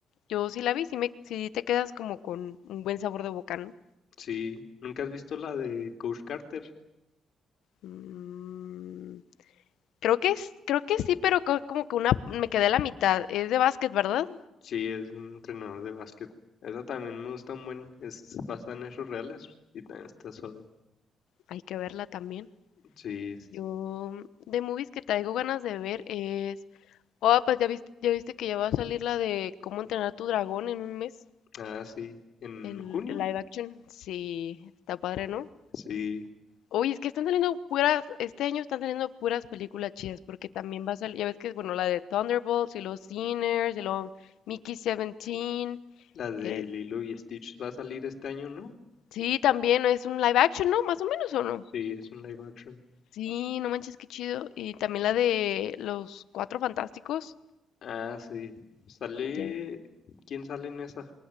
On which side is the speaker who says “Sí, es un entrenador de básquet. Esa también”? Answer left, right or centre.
Left